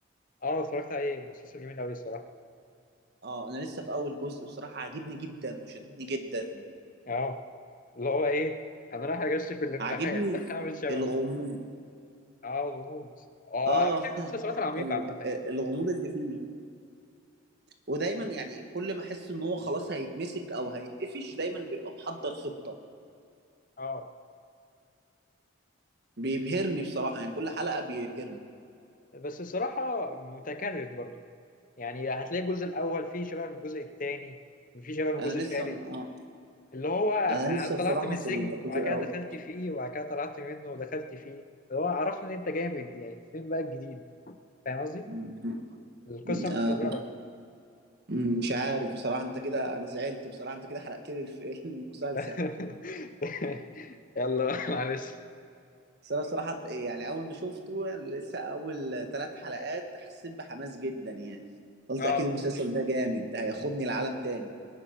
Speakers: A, on the left; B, on the right.
A: اه اتفرجت عليه مسلسل جميل قوي الصراحه
B: اه انا لسه في اول جزء بصراحه عاجبني جدا وشددني جدا
A: اه اللي هو ايه انا رايح اغش في الامتحان
B: عاجبني
A: <laughs> هعمل شباب
B: الغموض
A: اه الغموض اه
B: اه
A: انا بحب
B: <laughs>
A: المسلسلات العميقه
B: ال-
A: عامه يعني.
B: آه، الغموض اللي فيه ودايما يعني كل ما احس ان هو خلاص هيتمسك او هيتقفش دايما بيبقى محضر خطة
A: اه
B: بيبهرني بصراحة يعني كل حلقة بيبهرني
A: بس الصراحه متكرر برضو يعني هتلاقي الجزء الاول فيه شبه من الجزء الثاني وفيه شبه من الجزء
B: انا
A: الثالث
B: لسه ما...
A: اللي هو أنا
B: انا لسه بصراحة
A: طلعت من السجن
B: في الجزء
A: وبعد
B: الاول
A: كده دخلت فيه وبعد كده طلعت منه ودخلت فيه اللي هو عرفنا ان انت جامد يعني فين بقى الجديد فاهم قصدي؟
B: م-
A: القصة
B: م-
A: متكررة
B: آه، م- مش عارف بصراحة انت كده انا زعلت بصراحة انت كده حرقت لي الف- <laughs> المسلسل
A: <laughs> يلا معلش
B: بس انا بصراحة يعني اول ما شفته يعني لسه اول ثلاث حلقات حسيت بحماس جدا يعني قلت
A: اه
B: اكيد المسلسل
A: بس
B: ده جامد ده هياخدني لعالم تاني